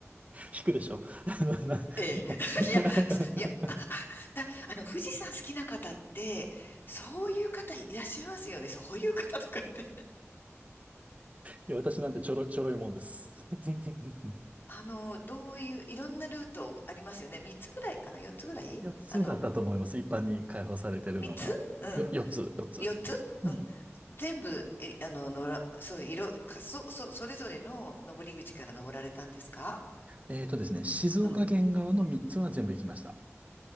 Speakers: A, on the right; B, on the left.
A: 引くでしょあのな <laughs>
B: ええ。<laughs> いや、すいや、だ、あの、富士山好きな方って、そういう方いらっしゃいますよね。そういう方とか言って。<laughs>
A: いや、私なんてちょろ、ちょろいもんです。<laughs>
B: あの、どういう、いろんなルートありますよね。3つぐらいかな ?4 つぐらいあの、
A: 4つだったと思います。一般に開放されてるのは。
B: 3つうん。
A: よ、4つ、4つ。
B: 4つうん。
A: うん。
B: 全部、え、あの、のら、そう、いろ、かそ、そ、それぞれの登り口から登られたんですか
A: えーとですね、静岡県側の3つは全部行きました。
B: うん。